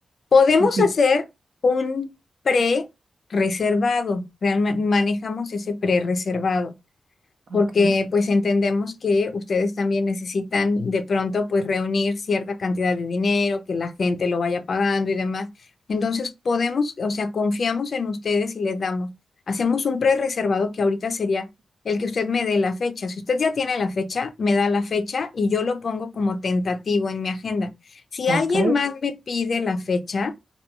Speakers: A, on the left; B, on the right.
A: Podemos
B: Ok,
A: hacer un pre-reservado, manejamos ese pre-reservado
B: ok,
A: porque pues entendemos que ustedes también necesitan de pronto pues reunir cierta cantidad de dinero, que la gente lo vaya pagando y demás. Entonces podemos, o sea, confiamos en ustedes y les damos, hacemos un pre-reservado que ahorita sería el que usted me dé la fecha. Si usted ya tiene la fecha, me da la fecha y yo lo pongo como tentativo en mi agenda. Si
B: ok,
A: alguien más me pide la fecha,